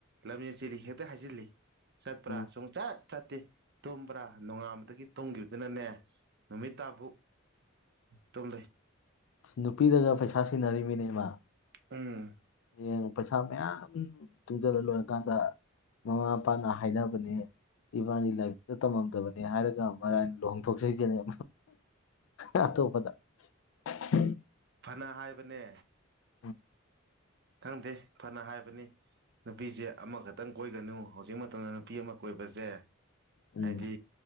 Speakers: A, on the right; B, on the left.
A: ꯂꯝꯖꯦꯟ ꯆꯤꯜꯂꯤ ꯍꯦꯛꯇ ꯍꯥꯏꯖꯤꯜꯂꯤ ꯆꯠꯄ꯭ꯔꯥ
B: ꯎꯝ
A: ꯁꯨꯝ ꯆꯠ ꯆꯠꯇꯦ ꯇꯨꯝꯕ꯭ꯔꯥ ꯅꯣꯡꯉꯥꯥꯟꯕꯗꯒꯤ ꯇꯨꯝꯒꯤꯕꯗꯨꯅꯅꯦ ꯅꯨꯃꯤꯠ ꯇꯥꯐꯨꯛ ꯇꯨꯝꯂꯩ
B: ꯅꯨꯄꯤꯗꯒ ꯄꯩꯁꯥ ꯁꯤꯟꯅꯔꯤꯕꯅꯦ ꯏꯃꯥ
A: ꯑꯨꯡ
B: ꯍꯌꯦꯡ ꯄꯩꯁꯥ ꯃꯌꯥꯝ ꯇꯨꯡꯖꯤꯜꯂ ꯂꯣꯏꯔꯀꯥꯟꯗ ꯃꯃꯥ ꯃꯄꯥꯅ ꯍꯥꯏꯅꯕꯅꯦ ꯏꯕꯥꯅꯤ ꯂꯥꯏꯔꯤꯛꯇ ꯇꯝꯃꯝꯗꯕꯅꯤ ꯍꯥꯏꯔꯒ ꯃꯔꯥꯏꯅ ꯂꯨꯍꯣꯡꯊꯣꯛꯆꯒꯖꯅꯦ ꯑꯇꯣꯞꯄꯗ <unintelligible>
A: ꯐꯅ ꯍꯥꯏꯕꯅꯦ
B: ꯎꯝ
A: ꯈꯪꯗꯦ ꯐꯅ ꯍꯥꯏꯕꯅꯤ ꯅꯨꯄꯤꯖꯦ ꯑꯃꯈꯛꯇꯪ ꯀꯣꯏꯒꯅꯨ ꯍꯧꯖꯤꯛ ꯃꯇꯝꯗ ꯅꯨꯄꯤ ꯑꯃ ꯀꯣꯏꯕꯖꯦ
B: ꯎꯝ
A: ꯍꯥꯏꯗꯤ